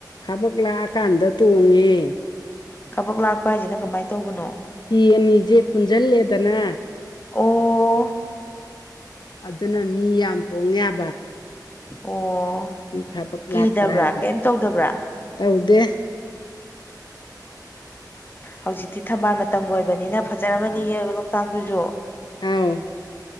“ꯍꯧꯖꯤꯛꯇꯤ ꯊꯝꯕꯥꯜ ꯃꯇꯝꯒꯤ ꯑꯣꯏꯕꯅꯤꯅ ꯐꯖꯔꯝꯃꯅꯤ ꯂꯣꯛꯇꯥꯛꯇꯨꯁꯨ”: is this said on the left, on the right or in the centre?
Left